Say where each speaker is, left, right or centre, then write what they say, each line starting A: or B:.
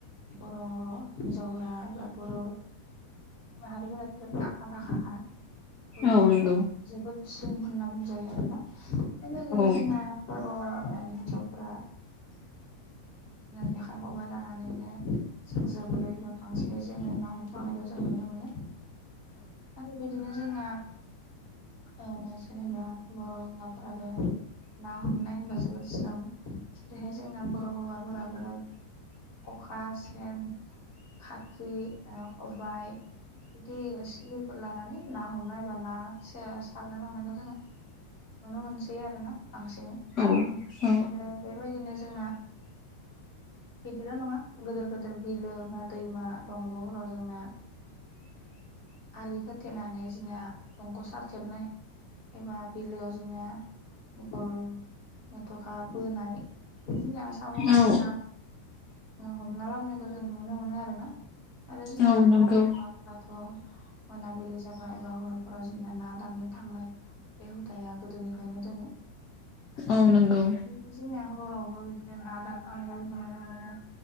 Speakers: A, on the left (about 50°); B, on the left (about 35°).
A: बर' हिनजावफोरा बा बर' माहारिफोरा जोबोद आखा फाखा खा ओ
B: औ नंगौ
A: जोबोद स्रोम होनना बुंजायो आरोना बेबायदिनो
B: औ
A: जोंना बर'आ हिनजावफोरा जेखाइ खबाइ लानानैनो जों जोबोरैबो बांसिनै जोङो ना हमनो थांनायखौ जों नुनो मोनो आरो बेबायदिनो जोंना ओ जेनेबा बर' हौवाफोराबो ना हमनाय होनबा जोबोद ज्रोम जेरैहाय जोंना बर' हौवाफोराबो अखा सेन साखि खबाय बिदि सिलिफोर लानानै ना हमनाय बा ना सारनो थांनायखौ जोङो नुनो मोनसै आरोना बांसिनै
B: औ औ
A: आरो बेबायदिनो जोंना <unintelligible> बिदिल' नङा गिदिर गेदिर बिलो बा दैमा दंग'फोराव जोंना आलि खोथेनानै जोंना दंग' सारथेबनाय एबा बिलोआव जोंनिया गल मेथ'खा बोनाय जोंना साम खांख्राय
B: औ
A: ना हमना लाबनायखौ जोंङो जों नुनो मोनो आरोना आरो जोंना
B: औ नंगौ
A: बर' हौवाफोराथ' मोनाबिलि जाबाय बा हरफोराव जोंना ना दाननो थांनाय बे हुदाया गोदोनिफ्रायनो दोङो
B: औ नंगौ
A: जोंना हरावबो बिदिनो ना दाननो